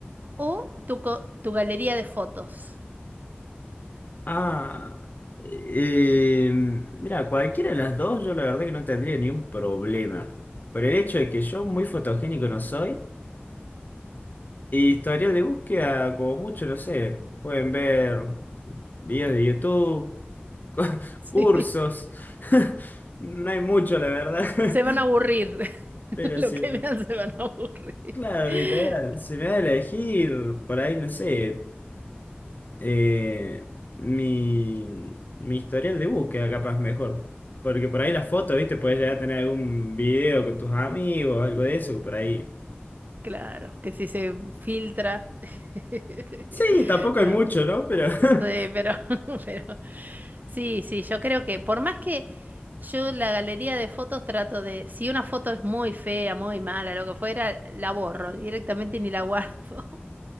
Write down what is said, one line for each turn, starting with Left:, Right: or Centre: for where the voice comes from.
Right: o tu, co- tu galería de fotos? <laughs>
Left: Ah, eh, mira, cualquiera de las dos yo la verdad que no tendría ni un problema. Por el hecho de que yo muy fotogénico no soy, y historial de búsqueda como mucho, no sé, pueden ver videos de YouTube, cu- <laughs>
Right: Sí.
Left: cursos, <laughs> no hay mucho la verdad. <laughs>
Right: Se van a aburrir. <laughs>
Left: Pero
Right: Lo
Left: sí.
Right: que vean se van a aburrir.
Left: Claro,
Right: <laughs>
Left: literal. Si me da a elegir, por ahí, no sé, eh, mi, mi historial de búsqueda capaz mejor. Porque por ahí la foto, ¿viste? Puedes llegar a tener algún video con tus amigos, algo de eso, por ahí.
Right: Claro, que si se filtra. <laughs>
Left: Sí, tampoco
Right: No.
Left: hay mucho, ¿no? Pero, <laughs>
Right: Sí, pero, <laughs> pero sí, sí, yo creo que por más que yo la galería de fotos trato de, si una foto es muy fea, muy mala, lo que fuera, la borro directamente y ni la guardo. <laughs>